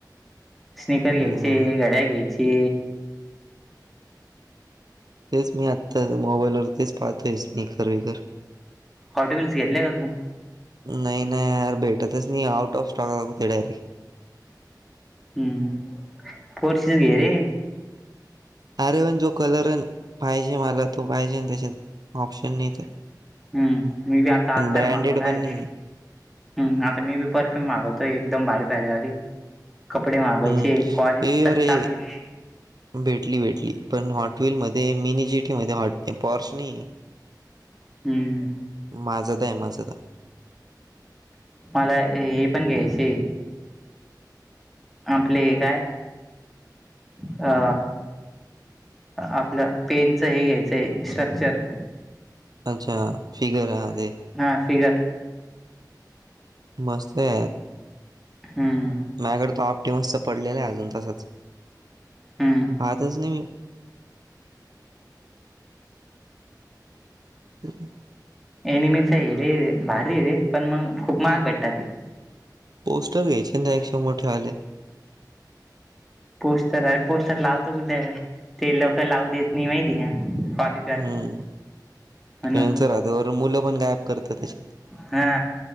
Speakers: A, in the centre; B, on the right.
A: स्नकर घ्यायचे
B: हम्म
A: गड्या घ्यायचे
B: तेच मी आत्ता मोबाईलवररतीच पाहतोय स् नकर वकर
A: हॉटो्हील्स घेतल्याय का तू
B: नाही नाही यार भेटतच नाही आउट ऑफ स्टॉक आता कुते डायरी
A: हम्म पोर्शिस घे रे
B: अरे पण जो कलर आहे पाहिजे मला तो पाहिजे त्याच्यात ऑप्शन नाही तर
A: हम्म मी बी आता
B: पण
A: आत्
B: ब्रँडेड
A: तर मागवणार
B: पण
A: रे
B: नाही आहे.
A: हम् आता मी बी परफ्यूम मागवतोय एकदम भारी भारी आली कपडे मागवायचे
B: हम्म
A: क्ॉलेज
B: ए अरे
A: चालू आहे
B: भेटली भेटली पण हॉटवल मध्ये मिनीजिटी मध्ये हॉट पॉर्स नाही
A: हम्म
B: माझं तर आहे माझं तर
A: मला हे पण घ्यायचे आपले काय अ आपलं पेनच हे घ्यायचंय स्ट्रक्चर
B: अच्छा फिगर ह ते
A: हा फिगर
B: मस्त या
A: हम्म
B: माझकड तो आपटीमस् पडलेलं आहे अजून तासच
A: हम्म
B: पाहतच नाही मी ह्
A: एनि मच हे रे रे भारी हे रे पण मग खूप मग भेटतात ती
B: पोस्टर घ्यायचे ना एकक्षे मोठेवाले
A: पोस्टर अरे पोस्टर लावतो कुठे ते लोक लावू देत नाही माहिती कॉलेजवाले
B: हम्मच
A: का म्हणून.
B: रात मुलं पण गायब करत त्याच्यात
A: हा